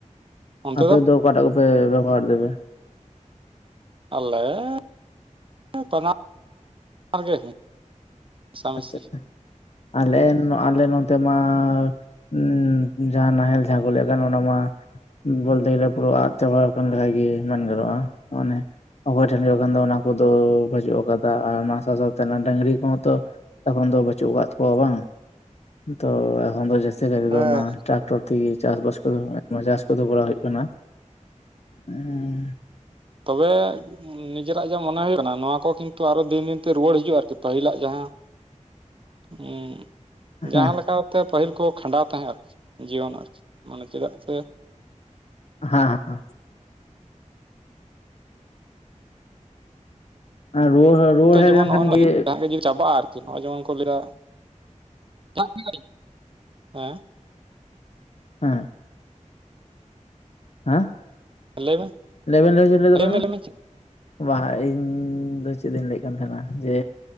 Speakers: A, on the right; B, on the left.
A: ᱚᱱᱛᱮ
B: ᱟᱯᱮᱫᱚ
A: ᱫᱚ
B: ᱚᱠᱟᱴᱟᱜ ᱠᱚᱯᱮ ᱵᱮᱵᱚᱦᱟᱨ ᱫᱟᱵᱮ?
A: ᱟᱞᱮ <inaudible> ᱵᱟᱱᱟᱨ ᱜᱮ ᱢᱮᱥᱟᱢᱤᱥᱤ
B: ᱟᱪᱪᱷᱟ ᱟᱞᱮ
A: ᱡᱚᱛᱚ
B: ᱟᱞᱮ ᱱᱚᱛᱮ ᱢᱟ ᱩᱸᱻ ᱡᱟᱦᱟᱸ ᱱᱟᱦᱮᱞ ᱡᱟᱦᱟᱸ ᱠᱚ ᱞᱟᱹᱭᱮᱫ ᱠᱟᱱ ᱚᱱᱟ ᱢᱟ ᱵᱚᱞᱛᱮ ᱜᱮᱞᱮ ᱯᱩᱨᱟᱹ ᱟᱫ ᱪᱟᱵᱟ ᱟᱠᱟᱱ ᱞᱮᱠᱟ ᱜᱮ ᱢᱮᱱ ᱜᱟᱱᱚᱜᱼᱟ ᱚᱱᱮ ᱚᱠᱚᱭ ᱴᱷᱮᱱ ᱦᱩᱭᱩᱜ ᱠᱷᱟᱱ ᱫᱚ ᱚᱱᱟ ᱠᱚᱫᱚ ᱵᱟᱹᱪᱩᱜ ᱟᱠᱟᱫᱟ ᱟᱨ ᱚᱱᱟ ᱥᱟᱶ ᱥᱟᱶᱛᱮ ᱰᱟᱝᱨᱤ ᱠᱚᱦᱚᱸ ᱛᱚ ᱮᱠᱷᱚᱱ ᱫᱚ ᱵᱟᱪᱩᱜ ᱟᱠᱟᱫ ᱠᱚᱣᱟ ᱵᱟᱝ ᱛᱚ ᱮᱠᱷᱚᱱ ᱫᱚ ᱡᱟᱹᱥᱛᱤ ᱠᱟᱭ
A: ᱦᱮᱸ
B: ᱫᱚ ᱚᱱᱟ ᱴᱨᱟᱠᱴᱚᱨ ᱛᱮ ᱛᱮᱜᱮ ᱪᱟᱥ ᱵᱟᱥ ᱠᱚᱫᱚ ᱟᱭᱢᱟ ᱪᱟᱥ ᱠᱚᱫᱚ ᱠᱚᱨᱟᱣ ᱦᱩᱭᱩᱜ ᱠᱟᱱᱟ ᱩᱸᱻ
A: ᱛᱚᱵᱮ ᱱᱤᱡᱮᱨᱟᱜ ᱡᱟ ᱢᱚᱱᱮ ᱦᱩᱭᱩᱜ ᱠᱟᱱᱟ ᱱᱚᱣᱟ ᱠᱚ ᱠᱤᱱᱛᱩ ᱟᱨᱚ ᱫᱤᱱ ᱫᱤᱱᱛᱮ ᱨᱩᱣᱟᱹᱲ ᱦᱤᱡᱩᱜᱼᱟ ᱟᱨᱠᱤ ᱯᱟᱹᱦᱤᱞᱟᱜ ᱡᱟᱦᱟᱸ ᱩᱸᱻ
B: ᱦᱮᱸ
A: ᱡᱟᱦᱟᱸ ᱞᱮᱠᱟᱛᱮ ᱯᱟᱹᱦᱤᱞ ᱠᱚ ᱠᱷᱟᱸᱰᱟᱣ ᱛᱟᱦᱮᱸᱫ ᱟᱨᱠᱤ ᱡᱤᱭᱚᱱ ᱟᱨᱠᱤ ᱢᱟᱱᱮ ᱪᱮᱫᱟᱜ ᱥᱮ
B: ᱦᱟᱸᱦᱟᱸ ᱦᱮᱸ ᱨᱩᱣᱟᱹᱲ ᱨᱩᱣᱟᱹᱲ
A: ᱱᱤᱛᱳᱜ
B: ᱦᱮᱡ
A: ᱡᱮᱢᱚᱱ
B: ᱞᱮᱱᱠᱷᱟᱱ
A: ᱱᱚᱜ-ᱚᱱᱟᱜᱮ
B: ᱜᱮ
A: ᱡᱟᱦᱟᱸ ᱡᱩᱫᱤ ᱪᱟᱵᱟᱜᱼᱟ ᱟᱨᱠᱤ ᱱᱚᱜᱼᱚᱭ ᱡᱮᱢᱚᱱ ᱠᱚ ᱞᱟᱹᱭᱟ ᱫᱟᱜ ᱡᱟᱹᱲᱤ ᱦᱮᱸ
B: ᱦᱮᱸ ᱦᱮᱸ
A: ᱞᱟᱹᱭ ᱢᱮ
B: ᱞᱟᱹᱭᱵᱮᱱ ᱞᱟᱹᱭᱪᱮᱱ ᱞᱟᱹᱭᱮᱫᱟ
A: ᱞᱟᱹᱭ
B: ᱵᱟᱝ
A: ᱢᱮ
B: ᱜᱟᱱᱚᱜ-ᱟ,
A: ᱞᱟᱹᱭ ᱢᱮ ᱪᱮᱫ
B: ᱵᱟᱝ ᱤᱧ ᱫᱚ ᱪᱮᱫ ᱤᱧ ᱞᱟᱹᱭᱮᱫ ᱠᱟᱱ ᱛᱟᱦᱮᱱᱟ ᱡᱮ